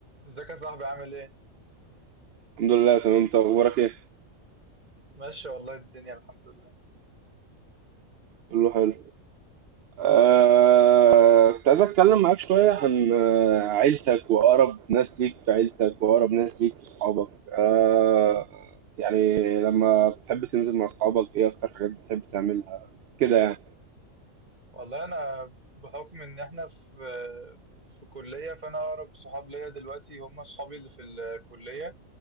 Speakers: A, on the right; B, on the right.
A: ازيك يا صاحبي عامل ايه؟
B: الحمد لله تمام انت اخبارك ايه
A: ماشي والله الدنيا الحمد لله
B: كله حلو آه... كنت عايز اتكلم معاك شويه عن آه، عيلتك واقرب ناس ليك في عيلتك واقرب ناس ليك في صحابك آه... يعني لما بتحب تنزل مع صحابك ايه اكتر حاجات بتحب تعملها كده يعني
A: والله انا بحكم ان احنا في في كلية فانا اقرب صحاب ليا دلوقتي هم صحابي اللي في الكلية